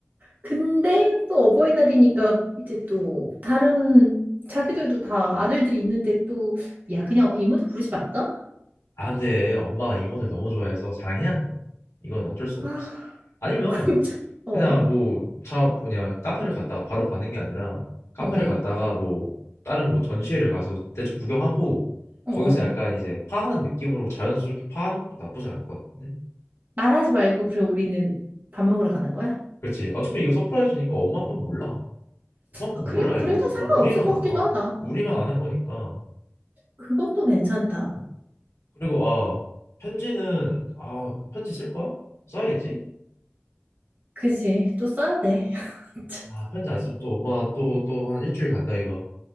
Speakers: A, on the right (about 40°); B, on the left (about 80°).
A: 근데 또 어버이날이니까 이제 또 다른 자기들도 다 아들들이 있는데 또, 야, 그냥 이모들 부르지 말까?
B: 아, 근데 엄마가 임원을 너무 좋아해서 자랑해야 돼. 이건 어쩔 수 없어.
A: 아, <laughs>
B: 아니면
A: 그럼 참, 어,
B: 그냥 뭐 차 뭐냐 카페를 갔다가 바로 가는 게 아니라 카페를
A: 어, 어,
B: 갔다가 뭐 다른 뭐 전시회를 가서 대충 구경하고
A: 어.
B: 거기서
A: 어.
B: 약간 이제 파하는 느낌으로 자연스럽게 파하는 것도 나쁘지 않을 것 같은데?
A: 말하지 말고, 그럼 우리는 밥 먹으러 가는 거야?
B: 그렇지. 어차피 이거 서프라이즈니까 엄마 아빠는 몰라. 엄마 아빠는
A: 아, 그래?
B: 몰라
A: 그래도
B: 이거.
A: 상관없을
B: 어, 우리만
A: 것 같기도
B: 아
A: 하다.
B: 우리만 아는 거니까.
A: 그것도 괜찮다.
B: 어, 그리고 아 편지는 아 편지 쓸 거야? 써야겠지?
A: 그지? 또 써야 돼. <laughs>
B: 아 편지 안 쓰면 또 엄마 또 또 한 일주일 간다 이거.